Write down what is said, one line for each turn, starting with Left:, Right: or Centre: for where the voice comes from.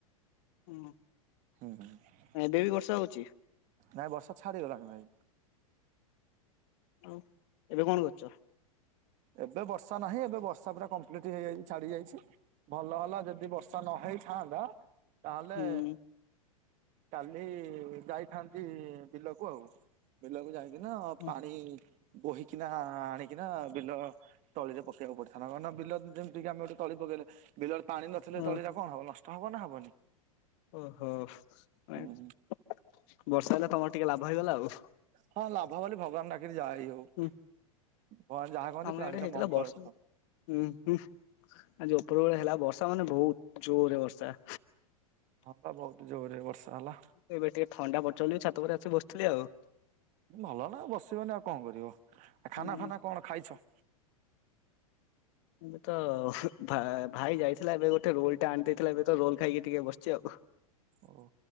Left: ହଁ।
Right: ହୁଁ, ହୁଁ।
Left: ଏବେ ବି ବର୍ଷା ହଉଛି?
Right: ନାଇଁ ବର୍ଷା ଛାଡ଼ିଗଲାଣି ଭାଇ।
Left: ଆଉ ଏବେ କଣ କରୁଚ?
Right: ଏବେ ବର୍ଷା ନାହିଁ, ଏବେ ବର୍ଷା ପୁରା କମ୍ପ୍ଲିଟ ହେଇଯାଇଛି ଛାଡି ଯାଇଛି। ଭଲ ହେଲା ଯଦି ବର୍ଷା ନ ହେଇଥାନ୍ତା, ତାହେଲେ
Left: ହୁଁ
Right: କାଲି ଯାଇଥାନ୍ତି ବିଲକୁ ଆଉ। ବିଲକୁ ଯାଇ କିନା
Left: ହୁଁ
Right: ପାଣି ବୋହିକିନା ଆଣିକିନା ବିଲ ତଳିରେ ପକେଇବାକୁ ପଡିଥାନ୍ତା। ମାନେ ବିଲ ଯେମତିି କି ଆମେ ଗୋଟେ ତଳି ପକେଇଲେ ବିଲରେ ପାଣି ନଥିଲେ
Left: ଓ
Right: ତଳି ଟା କଣ ହବ ନଷ୍ଟ ହବ ନା ହବନି?
Left: ଓହୋ, ନାଇ
Right: ହୁଁ
Left: ବର୍ଷା ହେଲେ ତୋମର ଟିକେ ଲାଭ ହେଇଗଲା ଆଉ।
Right: ହଁ ଲାଭ ବୋଲି ଭଗବାନ ଡାକିରି ଯା ଏହି ହଉ।
Left: ହୁଁ
Right: ଭଗବାନ ଯାହା କହନ୍ତି
Left: ଆମ
Right: ପ୍ରାଣୀର
Left: ଇଆଡେ ହେଇଥିଲା
Right: ମଙ୍ଗଳ
Left: ବର୍ଷା
Right: କର।
Left: ହୁଁ, ହୁଁ ଆଜି ଓପରବେଳେ ହେଲା ବର୍ଷ ଷା ମାନେ ବହୁତ ଜୋରରେ ବର୍ଷା।
Right: ହଁ ପା ବହୁତ ଜୋରରେ ବର୍ଷା ହେଲା।
Left: ଏବେ ଟିକେ ଥଣ୍ଡା ପଡ଼ିଛି ବୋଲି ଛାତ ଉପରେ ଆସିକି ବସିଥିଲି ଆଉ।
Right: ଭଲ ନା ଆଉ ବସିବନି ଆଉ କଣ କରିବ? ଆଉ ଖାନା
Left: ହୁଁ
Right: ଫାନା କଣ ଖାଇଛ?
Left: ଏବେ ତ ଭା-ଭାଇ ଯାଇଥିଲା ଏବେ ଗୋଟେ ରୋଲ୍ ଟା ଆଣିଦେଇଥିଲା। ଏବେ ତ ରୋଲ୍ ଖାଇକି ଟିକେ ବସିଛି ଆଉ।
Right: ଓହୋ!